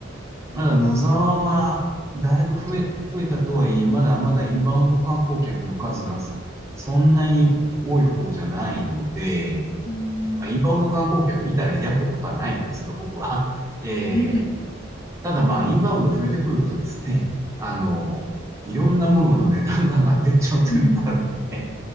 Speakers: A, on the right; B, on the left.
A: まだ野沢は、だいぶ増え、増えたとはいえ、まだまだインバウンド観光客の数がそんなに多い方じゃないので、
B: うん。
A: まあ、インバウンド観光客いたら嫌ってことはないんですが、僕は。<laughs> えー
B: <laughs>
A: ただまあ、インバウンド増えてくるとですね、あの、いろんなものの値段が上がってっちゃうというのがあるので、
B: うん。うん